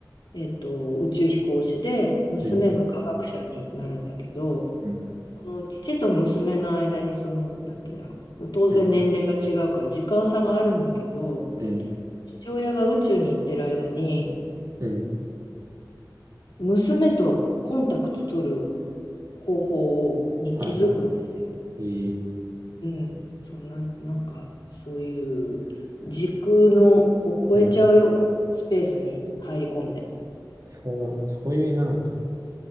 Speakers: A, on the left; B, on the right.
A: えっと、宇宙飛行士で、娘が科学者になるんだけど、
B: うん、うん、
A: その父と娘の間に、その、なんて言うんだろう、当然年齢が違うから時間差があるんだけど、
B: うん、うん、
A: 父親が宇宙に行ってる間に、
B: うん。
A: 娘とコンタクト取る方法をに気づくんですよ。
B: はいはい。えー、
A: うん。そんな、なんか、そういう時空のを超えちゃうようなスペースに入り込んで。
B: うん。そう、そういう映画なんだ。